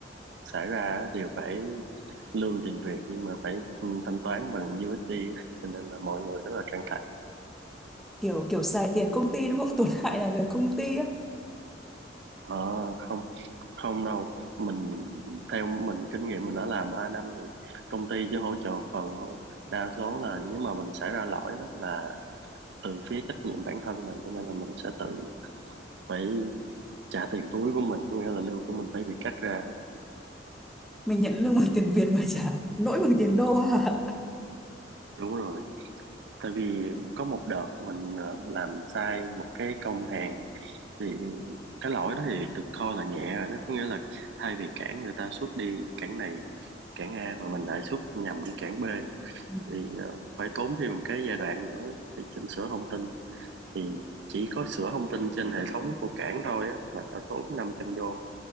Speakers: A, on the right; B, in the centre.
A: xảy ra á, đều phải lương tiền Việt nhưng mà phải ừ, thanh toán bằng USD á. cho nên là mọi người rất là căng thẳng
B: Kiểu kiểu xài tiền công ty đúng không? Tổn hại là về công ty á.
A: Ờ, không không đâu mình theo mình kinh nghiệm mình đã làm 3 năm thì công ty chỉ hỗ trợ một phần thôi đa số là nếu mà mình xảy ra lỗi đó là từ phía trách nhiệm bản thân mình cho nên là mình sẽ tự phải trả tiền túi của mình có nghĩa là lương của mình phải bị cắt ra
B: Mình nhận lương bằng tiền Việt mà trả lỗi bằng tiền đô à.
A: đúng rồi tại vì có một đợt mình ờ, làm sai một cái công hàng thì cái lỗi đó thì được coi là nhẹ rồi đó có nghĩa là thay vì cản người ta xuất đi cản này cản A mà mình lại xuất nhầm đi cản B
B: Ừ.
A: thì ờ, phải tốn thêm một cái giai đoạn nữa để chỉnh sửa thông tin thì chỉ có sửa thông tin trên hệ thống của cảng thôi á, là đã tốn 500 đô